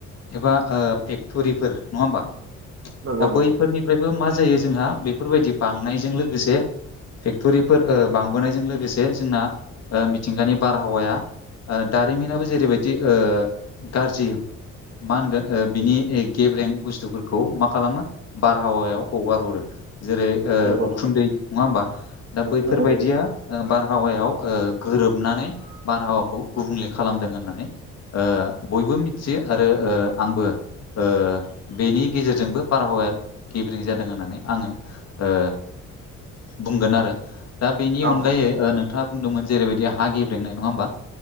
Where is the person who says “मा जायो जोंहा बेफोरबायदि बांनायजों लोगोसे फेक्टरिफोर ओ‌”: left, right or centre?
Left